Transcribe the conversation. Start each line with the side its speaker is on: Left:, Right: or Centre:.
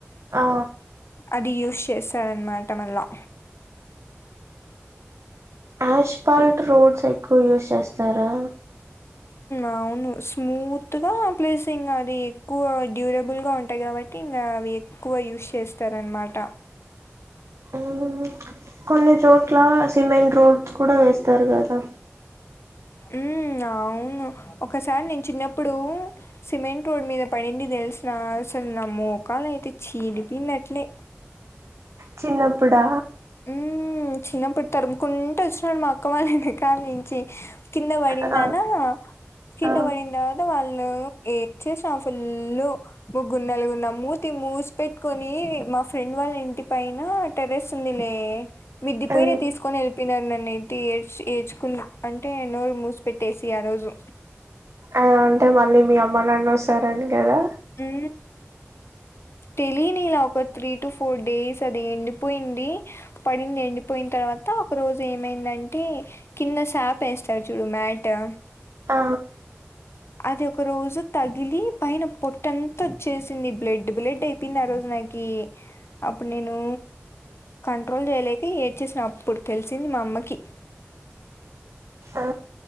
Right: ఆ
Left: అది యూస్ చేస్తార అనమాట కట్టమ
Right: యాష్పాల్ట్ రోడ్స్ ఎక్కువ యూస్ చేస్తారా
Left: అవును స్మూత్గా ప్లేస్ ఇ అది ఎక్కువ డ్యూరబుల్ గా ఉంటాయి కాబట్టి ఇకా అవి ఎక్కువ యూస్ చేస్తారనమాట
Right: మ్మ్. కొన్ని చోట్ల సిమెంట్ రోడ్ కూడా వేస్తారు కదా
Left: ఉహ్ అవును ఒకసారి నేను చిన్నప్పుడు సిమెంట్ రోడ్ మీద పడింది తెలిసిన అసలు నా మోకాలు అయితే చీడిపింది అట్లే
Right: చిన్నప్పుడా
Left: ఊ చిన్నప్పుడు తరుముకుంటూ వచ్చినాడు మా అక్క వాళ్ళ ఎనకాల్ నుంచి కిన్న వడిందనా
Right: ఆ
Left: కిన్న
Right: ఆ
Left: వడిందద వాళ్ళు ఏడ్చేసి నా ఫులు ముగ్గున్నలుగురు నా మూతి మూసి పెట్టుకొని మాఫ్ ఫ్రెండ్ వాళ్ళ ఇంటిపైన టెర్రస్ వుంది లే మిద్దిపయినే
Right: మ్మ్.
Left: తీసుకొని ఎళ్ళిపోయినారు నన్ నయితే ఏడ్చి ఏచుకు అంటే నోరు మూసి పెట్టేసి ఆ రోజు
Right: అ అంటే మళ్ళీ మీ అమ్మ నాన్న వస్తారని కదా
Left: ఊ తెలియని ఇలా ఒక త్రీ టు ఫోర్ డేస్ అది ఎండిపోయింది పడింది ఎండిపోయిన తర్వాత ఒక రోజు ఏమైందంటే కింద శాప వేస్తారు చూడు మ్యాటు
Right: ఆ
Left: అది ఒక రోజు తగిలి పైన పొట్టంతా వచ్చేసింది బ్లడ్ బ్లడ్ అయిపోయింది ఆ రోజు నాకి అప్పుడు నేను కంట్రోల్ చేయలేక ఏ వచ్చేసిన అప్పుడు తెలిసింది మా అమ్మకి
Right: ఆ